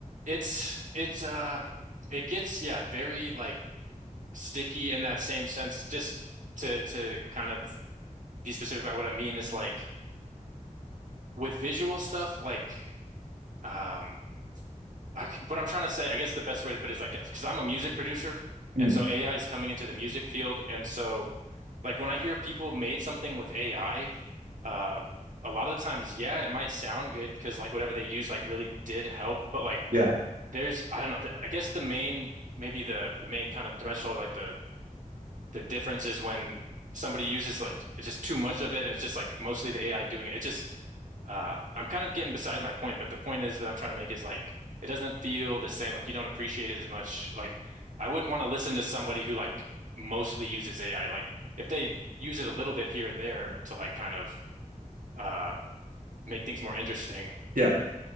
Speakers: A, on the right; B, on the right.
A: It's it's uh, it gets yeah, very like sticky in that same sense. Just to to kind of be specific about what I mean is like. with visual stuff, like um, I- what I'm trying to say, I guess the best way to put it is like, because I'm a music producer,
B: Mm.
A: and so AI is coming into the music field, and so like when I hear people made something with AI, uh, a lot of the times, yeah, it might sound good because like whatever they use like really did help, but like
B: yeah,
A: there's I don't know, th- I guess the main maybe the the main kind of threshold, like the the difference is when somebody uses like it's just too much of it, and it's just like mostly the AI doing it. It just uh, I'm kind of getting beside my point, but the point is that I'm trying to make is like it doesn't feel the same. Like you don't appreciate it as much. Like I wouldn't want to listen to somebody who like mostly uses AI. Like if they use it a little bit here and there to like kind of uh, make things more interesting.
B: yeah,